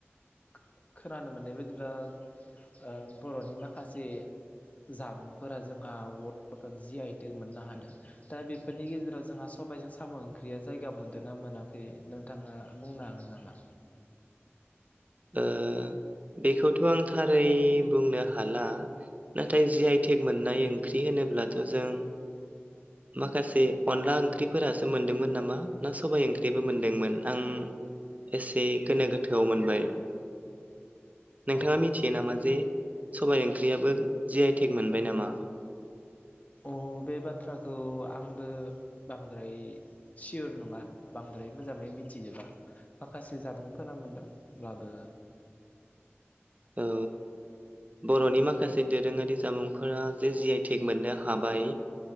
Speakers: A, on the left; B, on the right.
A: खो-खोनानो मोननाय बायदिब्ला ओह बर'नि माखासे जामुंफोरा जोंहा <inaudible> जि आइ टेक मोननो हादों दा बेफोरनि गेजेराव जोंहा सबायजों साम' ओंख्रिया जायगा मोनदों ना मोनाखै नोंथाङा बुंनो हागोन नामा?
B: ओह बेखौथ' आं थारै बुंनो हाला नाथाय जि आइ टेक मोननाय ओंख्रि होनोब्लाथ' जों माखासे अनला ओंख्रिफोरासो मोनदोंमोन नामा ना सबाय ओंख्रिबो मोनदोंमोन आं एसे गोनो गोथोआव मोनबाय।
A: अ
B: नोंथाङा मिथियो नामा जे सबाय ओंख्रियाबो जि आइ टेक मोनबाय नामा?
A: अह बे बाथ्राखौ आंबो बांद्राय सियर नङा । बांद्राय मोजाङै मिथिजोबा माखासे जामुंफोरा मोनदोंब्लाबो
B: औ बर'नि माखासे दोरोङारि जामुंफोरा जे जि आइ टेक मोननो हाबाय